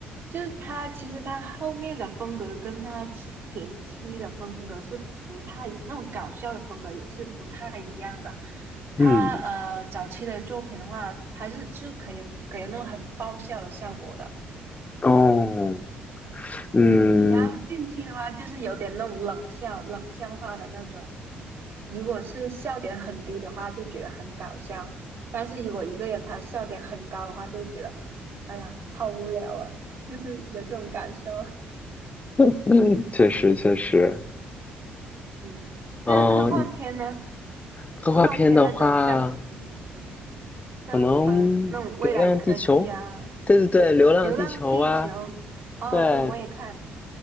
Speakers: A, on the right; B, on the left.
A: 就是他，其实他后面的风格跟他前期的风格是不太，那种搞笑的风格也是不太一样的。他呃早期的作品的话，
B: 嗯，
A: 还是是可以给人那种很爆笑的效果的。
B: 哦，嗯，
A: 然后近期的话，就是有点那种冷笑、冷笑话的那种。如果是笑点很低的话，就觉得很搞笑；但是如果一个人他笑点很高的话，就觉得哎呀好无聊啊，就是有这种感受。
B: <laughs> 确实确实，
A: 嗯，那科幻片呢？
B: 嗯，科幻片的话，
A: 科幻片那种像，嗯嗯，像呃那种未来科技啊，
B: 可能《流浪地球》，对对对，
A: 嗯，
B: 《流浪地球》啊，
A: 《流浪地球》哦，
B: 对，
A: 对，我也看。